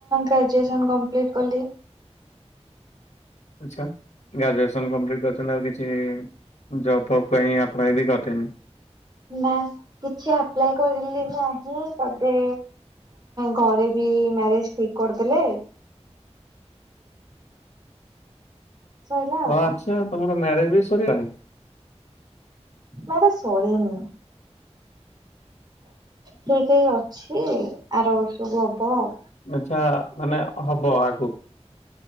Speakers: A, on the right; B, on the left.
A: ଗ୍ରାଜୁଏସନ କମ୍ପ୍ଲିଟ୍ କଲି।
B: ଆଛା ଗ୍ରାଜୁଏସନ୍ କପ୍ଲିଟ୍ କରୁଛନ୍ତି ଆଉ କିଛି ଜବ୍ ଫପ୍ ପାଇଁ ଆପଲାଏ ବି କରିଥିନି।
A: ନା କିଛି ଆପ୍ଲାଏ କରିଲି ନାହିଁ ତାପରେ ଘରେ ବି ମ୍ୟାରେଜ ଠିକ କରିଦେଲେ। ସଇଲା ଆଉ
B: ଓ ଆଚ୍ଛା
A: କଣ
B: ତମର ମ୍ୟାରେଜ ବି ସରିଗଲାଣି?
A: ମ୍ୟାରେଜ ସରିନି। ଠିକ ହେଇ ଅଛି ଆର ବର୍ଷକୁ ହବ ଆଉ।
B: ଆଚ୍ଛା ମାନେ ହବ ଆଗକୁ।